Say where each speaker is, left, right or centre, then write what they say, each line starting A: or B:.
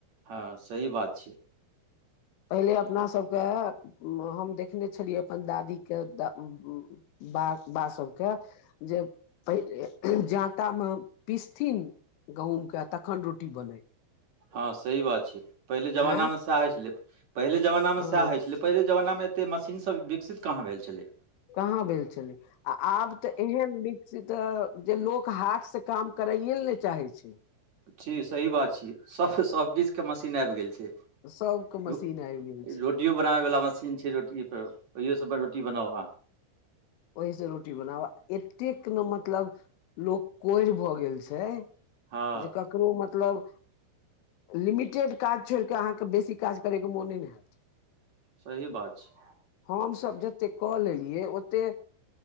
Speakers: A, on the right; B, on the left.
A: हँ सही बात छियै
B: पहिले अपनासभके हम देखने छलियै अपन दादीके द बा बासब के जे पहिने जाँतामे पिसथिन गहुँमके आ तखन रोटी बनै
A: हँ सही बात छियै पहिले जमानामे
B: आँय
A: सएह होइ छलै पहिले जमानामे
B: हँ
A: सएह होइ छलै पहिले जमानामे एतेक मशीन सब विकसित कहाँ भेल छलै
B: कहाँ भेल छलै आ आब तऽ एहन से तऽ जे लोक हाथ से काम करैए ल नय चाहे छै
A: छि सही बात छियै सभ सभकिछुके मशीन आबि गेल छै
B: सबके मशीन
A: रो
B: आबि गेल छै
A: रोटियो बनाबय वाला मशीन छै रोटी पर ओहि सब रोटी बनाउ अहाँ
B: ओहीसँ रोटी बनाब एतेक ने मतलब लोक कोरि भऽ गेल छै
A: हँ
B: जे क ककरो मतलब लिमिटेड काज छोड़ के अहाँके बेसी काज करय के मोने ने हत
A: सही बात छै
B: हम सब जते कऽ लेलियै ओते